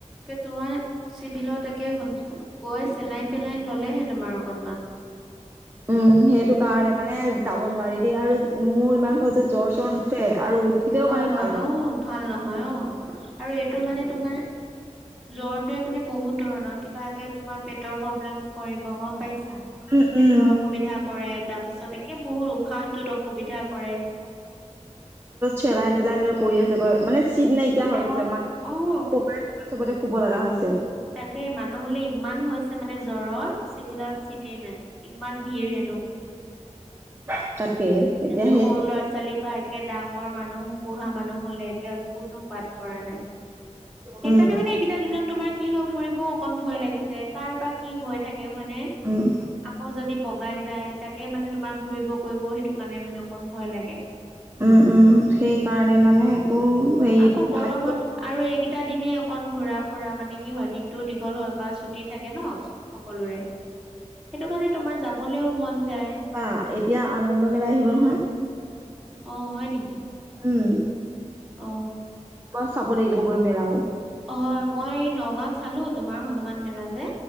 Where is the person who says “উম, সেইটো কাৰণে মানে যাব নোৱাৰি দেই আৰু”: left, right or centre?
Right